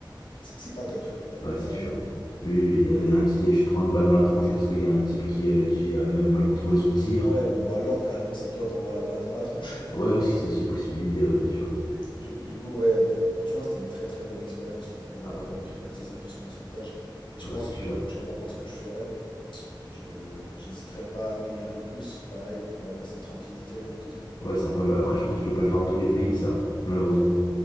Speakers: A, on the left (about 80°); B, on the left (about 55°).
A: c'est- c'est pas top, honnêtement,
B: ouais,
A: il
B: c'est
A: y a,
B: sûr.
A: il y a mieux.
B: Oui, oui, il y a un type qui a tu te prends une balle dans la tronche parce qu'il y a un type qui, euh, qui a même mal contrôlé son tir.
A: Ouais, ou alors, carrément, c'est toi, t'envoies la balle dans la tronche.
B: Ouais, aussi, c'est aussi une possibilité, ouais, bien sûr.
A: Du, coup, du coup, ouais, franchement, c'était une très très bonne expérience le fait d'avoir
B: Ah, ouais,
A: euh, privatisé un peu ce morceau de plage. Et je
B: ah bah,
A: pense
B: c'est
A: que
B: sûr.
A: les prochaines vacances que je ferai, je j'hésiterai pas à payer un peu plus, pareil, pour avoir cette tranquillité, j'ai envie de te dire.
B: Ouais, c'est incroyable. Après, je pense que tu peux pas le faire dans tous les pays, ça, malheureusement.